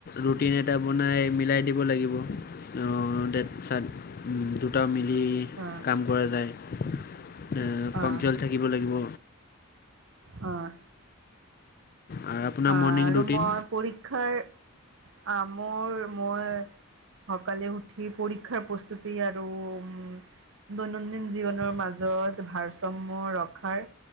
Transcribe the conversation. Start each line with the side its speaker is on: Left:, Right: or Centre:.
Left: ৰুটিন এটা বনাই মিলাই দিব লাগিব। অঁ! ডেট-চেট উম! দুটা মিলি
Right: অঁ!
Left: দিব পৰা যায়। এ
Right: অ',
Left: পামচুৱেল থাকিব লাগিব।
Right: অঁ!
Left: আৰু আপোনাৰ
Right: অঁ! আৰু
Left: মৰ্ণিং ৰুটিন
Right: মই পৰীক্ষাৰ আহ মোৰ মই সোনকালে উঠি পৰীক্ষাৰ প্ৰস্তুতি আৰু উম দৈনন্দিন জীৱনৰ মাজত ভাৰসাম্য ৰক্ষাৰ